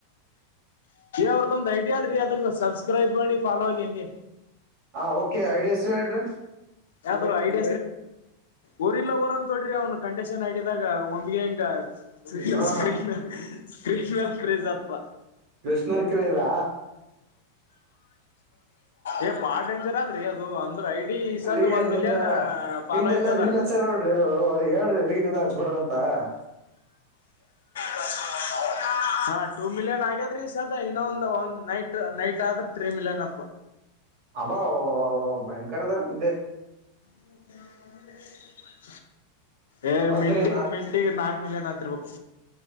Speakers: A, on the left; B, on the right.
A: ಅವ್ರಗೊಂದ್ ಐಡಿಯ ಅದ್ರಿ ಅದಕ್ಕೆ ಸಬ್ಸ್ಕ್ರೈಬ್ ಮಾಡಿ ಫಾಲೋ ಆಗಿ ಹೆಂಗೆ
B: ಹಾ ಓಕೆ ಐಡಿಯಾಷ್ಟ ಹೇಳ್ರಿ
A: ಯಾವ್ದ ಐಡ ಊರಿಲ್ಲ ಊರ್ ಅಂತ ತೊಡ್ರಿ ಅವ್ನು ಕಂಡೀಷನ್ ಆಐಡಿದಾಗ ಒಮ್ಗೆ ಹಿಂಗ
B: ಹಾ
A: ಸ್ಕ್ರೀನ್ ಮ ಸ್ಕ್ರೀನ್ ಮೇಲೆ ಕ್ರೇಜ್ ಅಪ್ಪ
B: ಕೃಷ್ಣ ಕ್ರದಾ
A: ಏ ಬಾಳ ಡೇಂಜರ್ ಆದ್ರಿ ಅದು ಅಂದ್ರೆ ಐಡಿ ಸದ್
B: ೀ
A: ಒಂದ್
B: ನಿಂದ
A: ಮಿಲಿಯನ್ ಫಾಲೋಯಿಂಗ್
B: ನಿೆಲ್ಲಾ
A: ಅದ
B: ರೀಲ್ ಹಚ್ಚಾರ ನೋಡ್ರಿ ಅವ್ರು ಅವ್ರಿಗೆ ಹೇಳ್ರಿ ರೀಲ್ ಹಚ್ಬಡ್ರ ಅಂತ <inaudible>
A: ಹ ಹ <unintelligible> ಹಾ, ಟೂ ಮಿಲಿಯನ್ ಆಗ್ಯಾದ್ರಿ ಈ ಸದ ಇನ್ನೊಂದ ಒಂದ್ ನೈಟ್ ನೈಟ್ ಆದ್ರೆ ತ್ರ್ರೀ ಮಿಲಿಯನ್ ಅಪ್ಪ.
B: ಅಬಾ ಭಯಂಕರಧರಂದ <unintelligible>
A: ಹ್ಮ <inaudible> ಏ
B: ಮತ್ರಿ
A: ಮೆಂಟಿ
B: ನಾಸ್
A: ಮೆಂಟಿಗೆ ನಾಕ್ ಮಿಲ್ ಆಗ್ತೀರರ್ಬೇಕು.